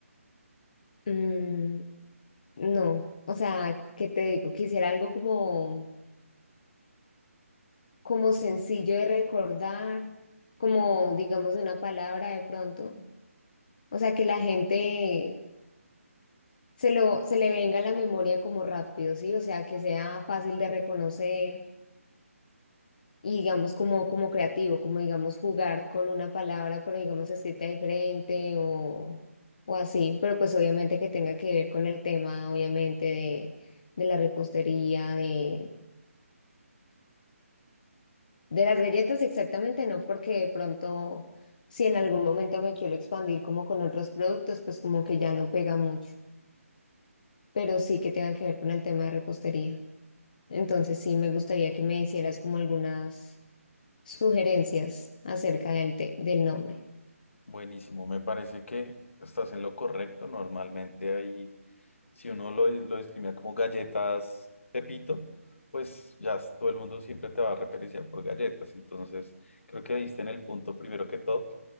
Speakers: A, on the left (about 35°); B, on the left (about 60°).
A: Mm, no, o sea, ¿qué te digo? Quisiera algo como, como sencillo de recordar, como digamos de una palabra de pronto. O sea, que la gente se lo, se le venga a la memoria como rápido, ¿sí? O sea, que sea fácil de reconocer y digamos como, como creativo, como digamos jugar con una palabra, pero digamos escrita diferente o, o así, pero pues obviamente que tenga que ver con el tema, obviamente, de, de la repostería, de, de las galletas exactamente, no porque de pronto... Si en algún momento me quiero expandir como con otros productos, pues como que ya no pega mucho, pero sí que tenga que ver con el tema de repostería. Entonces sí me gustaría que me hicieras como algunas sugerencias acerca del, te- del nombre.
B: Buenísimo, me parece que estás en lo correcto. Normalmente hay si uno lo, lo discrimina como galletas Pepito, pues ya s- todo el mundo siempre te va a referenciar por galletas. Entonces, creo que diste en el punto primero que todo.